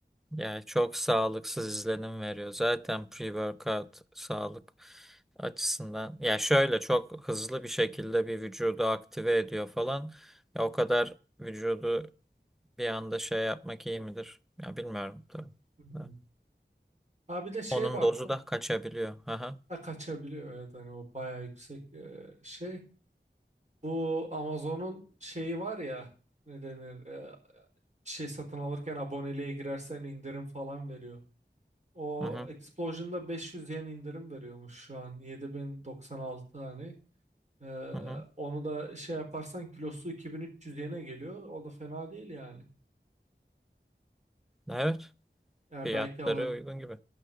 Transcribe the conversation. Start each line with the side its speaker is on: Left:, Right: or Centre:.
Centre: Yani çok sağlıksız izlenim veriyor. Zaten pre-workout sağlık açısından. Ya şöyle çok hızlı bir şekilde bir vücudu aktive ediyor falan. Ya o kadar vücudu bir anda şey yapmak iyi midir? Ya bilmiyorum tabii.
Right: Hmm.
Centre: Ha.
Right: Ha bir de şeye
Centre: Onun
Right: baktım.
Centre: dozu da kaçabiliyor. Aha.
Right: Ha, kaçabiliyor evet hani o bayağı yüksek e, şey. Bu Amazon'un şeyi var ya ne denir e, bir şey satın alırken aboneliğe girersen indirim falan veriyor. O
Centre: Hı hı.
Right: Explosion'da 500 yen indirim veriyormuş şu an 7096 hani. E,
Centre: Hı hı.
Right: onu da şey yaparsan kilosu 2300 yene geliyor. O da fena değil yani.
Centre: Evet.
Right: Yani
Centre: Fiyatları
Right: belki alırım.
Centre: uygun gibi.